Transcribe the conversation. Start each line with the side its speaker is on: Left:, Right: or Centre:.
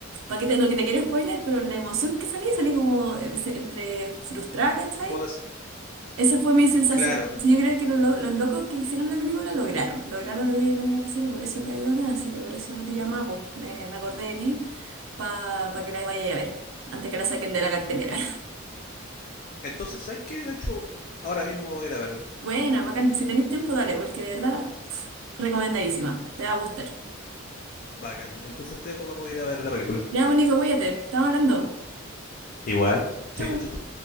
Right: para que te, no que te quiero spoiler, pero la emoción que salí, salí como des- entre frustrada, ¿cachai?
Left: Unas-
Right: Esa fue mi sensación.
Left: claro.
Right: Entonces, yo creo que los, lo- los locos que hicieron la película lograron, lograron lo que tenían que hacer y por eso la digo bien, así que por eso te llamaba, po. me, me acordé de ti para que la vayas a ver antes que la saquen de la cartelera.
Left: Entonces, ¿sabes qué? De hecho, ahora mismo voy a ir a verla.
Right: Buena, bacán. Si tenéis tiempo, dale, porque de verdad, pf, recomendadísima. Te va a gustar.
Left: Bacán. Entonces te dejo para poder ir a ver la película.
Right: Ya, Mónica, cuídate. Estamos hablando.
Left: Igual. Chaito,
Right: Chau.
Left: chaito.